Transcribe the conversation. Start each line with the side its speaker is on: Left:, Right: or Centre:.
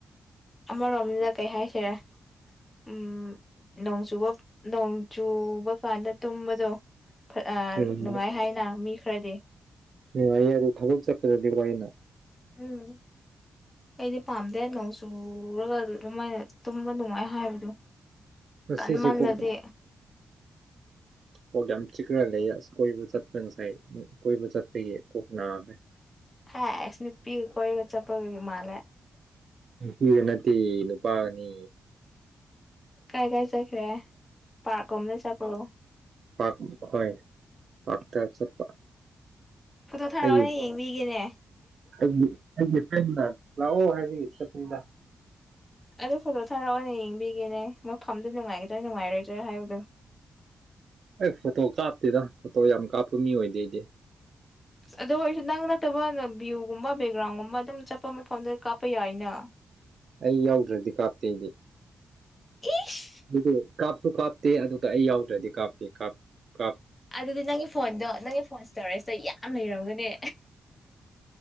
Left: ꯑꯃ ꯔꯣꯝꯗ ꯀꯩ ꯍꯥꯏꯁꯤꯔꯥ ꯎꯝ ꯅꯣꯡꯆꯨꯕ ꯅꯣꯡꯆꯨꯕ ꯀꯥꯟꯗ ꯇꯨꯝꯕꯗꯣ ꯑ
Right: ꯎꯝ
Left: ꯅꯨꯡꯉꯥꯏ ꯍꯥꯏꯅ ꯃꯤ ꯈꯔꯗꯤ
Right: ꯅꯨꯡꯉꯥꯏꯌꯦ ꯑꯗꯣ ꯊꯕꯛ ꯆꯠꯄꯗꯗꯤ ꯋꯥꯏꯌꯦꯅ
Left: ꯎꯝ ꯑꯩꯗꯤ ꯄꯥꯝꯗꯦ ꯅꯣꯡ ꯆꯨꯔꯒ ꯑꯗꯨꯃꯥꯏꯅ ꯇꯨꯝꯕ ꯅꯨꯡꯉꯥꯏ ꯍꯥꯏꯕꯗꯨ
Right: ꯉꯁꯤꯁꯦ
Left: ꯀꯟꯃꯜꯂꯗꯤ
Right: ꯀꯣꯛ ꯀꯣꯛ ꯌꯥꯝ ꯆꯤꯛꯈ꯭ꯔꯥ ꯂꯩꯌꯦ ꯑꯁ ꯀꯣꯏꯕ ꯆꯠꯄ ꯉꯁꯥꯏ ꯀꯣꯏꯕ ꯆꯠꯄꯒꯤ ꯀꯣꯛ ꯅꯥꯕꯩ
Left: ꯍꯩꯁ ꯅꯨꯄꯤꯒ ꯀꯣꯏꯕ ꯆꯠꯄꯒꯤ ꯃꯥꯜꯂꯦ
Right: ꯅꯨꯄꯤꯒ ꯅꯠꯇꯤꯌꯦ ꯅꯨꯄꯥꯒꯅꯦ
Left: ꯀꯥꯏ ꯀꯥꯏ ꯆꯠꯈ꯭ꯔꯦ ꯄꯥꯔ꯭ꯛ ꯀꯨꯝꯕꯗ ꯆꯠꯄ꯭ꯔꯣ
Right: ꯄꯥꯔ꯭ꯛ ꯀꯨꯝꯕ ꯍꯣꯏ ꯄꯥꯔ꯭ꯛꯇ ꯆꯠꯄ
Left: ꯐꯣꯇꯣ ꯊꯥꯔꯛꯑꯣꯅꯦ
Right: ꯑꯩꯒꯤ
Left: ꯌꯦꯡꯕꯤꯒꯦꯅꯦ
Right: ꯑꯩꯒꯤ ꯑꯩꯒꯤ ꯐ꯭ꯔꯦꯟꯗꯅ ꯂꯥꯛꯑꯣ ꯍꯥꯏꯕꯒꯤ ꯆꯠꯄꯅꯤꯗ
Left: ꯑꯗꯨ ꯐꯣꯇꯣ ꯊꯥꯔꯛꯑꯣꯅꯦ ꯌꯦꯡꯕꯤꯒꯦꯅꯦ ꯃꯐꯝꯗꯨ ꯅꯨꯡꯉꯥꯏꯒꯗ꯭ꯔꯥ ꯅꯨꯡꯉꯥꯏꯔꯣꯏꯗ꯭ꯔꯥ ꯍꯥꯏꯕꯗꯣ
Right: ꯑꯩ ꯐꯣꯇꯣ ꯀꯥꯞꯇꯦꯗ ꯐꯣꯇꯣ ꯌꯥꯝ ꯀꯥꯞꯄ ꯃꯤ ꯑꯣꯏꯗꯦ ꯑꯩꯗꯤ
Left: ꯑꯗꯨ ꯑꯣꯏꯔꯁꯨ ꯅꯪ ꯅꯠꯇꯕ ꯅꯥꯄꯤꯒꯨꯝꯕ ꯕꯦꯛꯒ꯭ꯔꯥꯎꯟꯒꯨꯝꯕ ꯑꯗꯨꯝ ꯆꯠꯄ ꯃꯐꯝꯗ ꯀꯥꯞꯄ ꯌꯥꯏꯅ
Right: ꯑꯩ ꯌꯥꯎꯗ꯭ꯔꯥꯗꯤ ꯀꯥꯞꯇꯦ ꯑꯩꯗꯤ
Left: ꯏꯁ
Right: ꯑꯗꯨꯒ ꯀꯥꯞꯁꯨ ꯀꯥꯞꯇꯦ ꯑꯗꯨꯒ ꯑꯩ ꯌꯥꯎꯗ꯭ꯔꯥꯗꯤ ꯀꯥꯞꯇꯦ ꯀꯥꯞ ꯀꯥꯞ
Left: ꯑꯗꯨꯗꯤ ꯅꯪꯒꯤ ꯐꯣꯟꯗꯣ ꯅꯪꯒꯤ ꯐꯣꯟ ꯁ꯭ꯇꯣꯔꯦꯖꯇꯣ ꯌꯥꯝ ꯂꯩꯔꯝꯒꯅꯤ